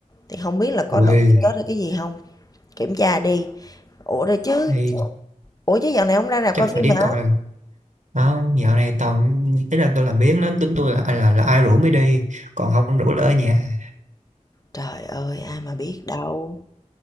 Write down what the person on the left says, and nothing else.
Thì không biết là có
đổi cái kết hay cái gì không? Kiểm tra đi. Ủa rồi chứ,
ủa chứ dạo này không ra rạp
coi phim
hả?
Trời ơi, ai mà biết đâu.